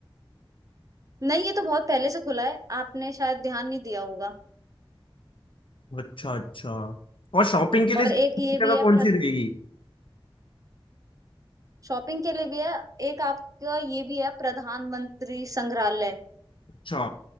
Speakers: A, on the right (about 40°); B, on the left (about 65°).
A: नहीं ये तो बहुत पहले से खुला है आपने शायद ध्यान नहीं दिया होगा
B: अच्छा अच्छा और शॉपिंग के लिए
A: और
B: सबसे
A: एक ये
B: अच्छी
A: भी
B: जगह
A: है
B: कौन
A: प्र...
B: सी रहेगी
A: शॉपिंग के लिए भी है एक आपका ये भी है प्रधानमंत्री संग्रहालय
B: अच्छा